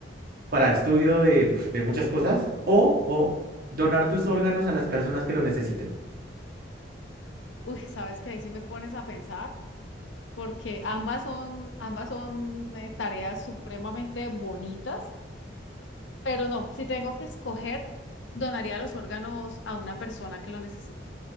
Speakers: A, on the right; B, on the left.
A: para estudio de, uf, de muchas cosas o, o donar tus órganos a las personas que lo necesiten.
B: Uy, ¿sabes qué? Ahí sí me pones a pensar. porque ambas son, ambas son eh, tareas supremamente bonitas, pero no, si tengo que escoger, donaría los órganos a una persona que lo necesite,